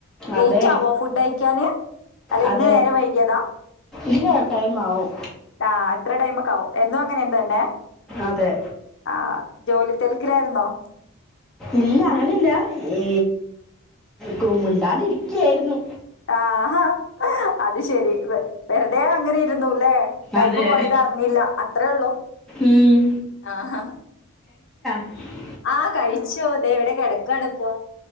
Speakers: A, on the left; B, in the centre.
A: ലേറ്റ്
B: അതെ
A: ആവോ ഫുഡ് കഴിക്കാന് അല്ല
B: അതെ
A: ഇന്ന് നേരെ വൈകിയതാ
B: ഇല്ല ടൈം ആവും
A: ആഹ് എത്ര ടൈം ഒക്ക ആവും എന്നും അങ്ങനെ എന്ത തന്നെ
B: അതെ
A: ആഹ് ജോലി തെൽക്കിലായിരുന്നോ
B: ഇല്ല അങ്ങനെല്ല ഈ കു മിണ്ടാണ്ട് ഇരിക്കായിരുന്നു
A: ആഹാ അത് ശരി വെറുതെ അങ്ങനെ ഇരുന്നു അല്ലേ ടൈം
B: അതെ
A: പോയത് അറിഞ്ഞില്ല അത്രേയള്ളൂ
B: ഉം.
A: ആഹഹ
B: ഉ
A: ആഹ് കഴിച്ചു ദേ ഇവിടെ കിടക്കാണിപ്പോ